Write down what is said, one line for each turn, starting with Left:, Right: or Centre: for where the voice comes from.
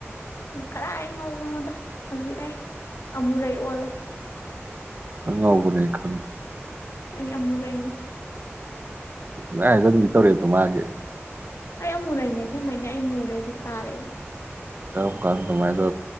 Left: ꯀꯗꯥꯥꯏ ꯉꯧꯕꯅꯣꯗ ꯍꯧꯖꯤꯛ ꯑꯩ ꯑꯃꯨꯔꯩ ꯑꯣꯜꯂꯦ
Right: ꯑꯉꯕꯅ ꯈꯪꯅꯤ
Left: ꯑꯩ ꯑꯃꯨꯔꯏꯅꯦ
Right: ꯂ ꯍꯥꯏꯗꯟꯕꯤ ꯇꯧꯔꯤꯦꯠꯇ ꯃꯥꯒꯦ
Left: ꯑꯩ ꯌꯥꯝ ꯃꯨ ꯂꯩꯅꯦ ꯁꯦꯝꯃꯅꯦ ꯑꯩ ꯃꯨꯔꯦꯁꯤꯦ ꯀꯥꯔꯛꯏ
Right: ꯀꯔꯝ ꯀꯥꯟꯗꯥꯏꯗ